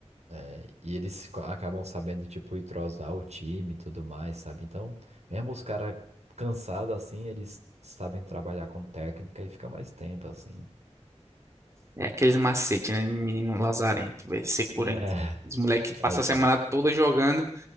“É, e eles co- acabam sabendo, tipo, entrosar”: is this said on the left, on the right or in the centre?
Right